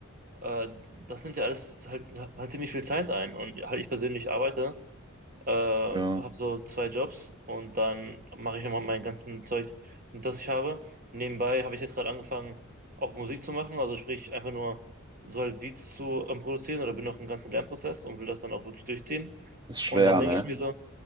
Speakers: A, on the right; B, on the right.
A: äh, das nimmt ja alles halt, halt ziemlich viel Zeit ein. Und halt ich persönlich arbeite, äh, habe
B: Ja.
A: so zwei Jobs und dann mache ich immer mein ganzen Zeug, das ich habe. Nebenbei habe ich jetzt gerade angefangen, auch Musik zu machen, also sprich einfach nur so halt Beats zu ähm, produzieren oder bin noch im ganzen Lernprozess und will das dann auch wirklich durchziehen.
B: Ist schwer,
A: Und dann denke
B: ne?
A: ich mir so,